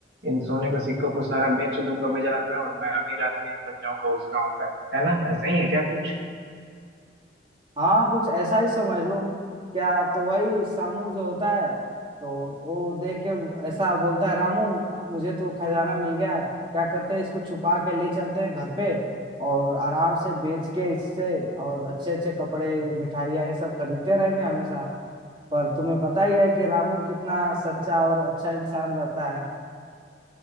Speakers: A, on the right; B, on the right.
A: इन सोने के सिक्कों को सारा बेच दूंगा बाजार में और मैं अमीर आदमी बन जाऊंगा उस गांव का है ना ऐसा ही है क्या कुछ
B: हाँ कुछ ऐसा ही समझ लो क्या तो वही सामू जो होता है तो वो देख के ऐसा बोलता है रामू मुझे तो खजाना मिल गया है क्या करते हैं इसको छुपा के ले चलते हैं घर पे और आराम से बेच के इससे और अच्छे अच्छे कपड़े मिठाइयाँ ये सब खरीदते रहेंगे हमेशा पर तुम्हें पता ही है कि रामू कितना सच्चा और अच्छा इंसान रहता है